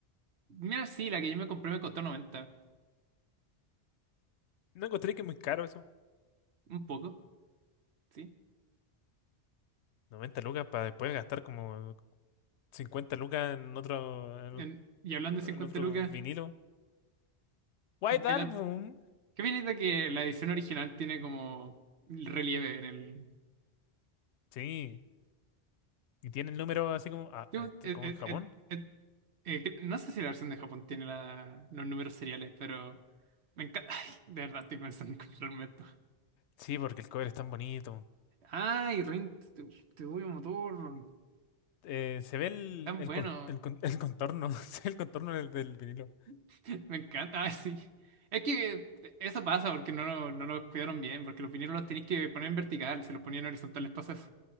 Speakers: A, on the right; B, on the left.
A: mira, sí, la que yo me compré me costó noventa
B: No encontré que es muy caro eso.
A: Un poco, sí.
B: noventa lucas para después gastar como 50 lucas en otro, en,
A: En- y hablando
B: ot-
A: de 50
B: en otro
A: lucas,
B: vinilo. White
A: voy
B: Album.
A: a dar- ¿qué opináis de que la edición original tiene como relieve en el,
B: Sí, y tiene el número así como, ah,
A: Digo,
B: esto
A: eh,
B: como
A: eh,
B: en Japón.
A: eh, eh, eh, que- no sé si la versión de Japón tiene la- los números seriales, pero me encanta. <laughs> Ay, de verdad estoy pensando en comprarme esto.
B: Sí, porque el cover es tan bonito.
A: Ay, Rin, tu, tu Bulbo motor,
B: Eh, se ve el,
A: tan
B: el,
A: bueno.
B: col- el con- el contorno, <laughs> se ve el contorno del, del vinilo.
A: <laughs> Me encanta, ay, sí. Es que eso pasa porque no, lo- no los cuidaron bien, porque los vinilos los tenéis que poner en vertical, se los ponían horizontales, pasa eso.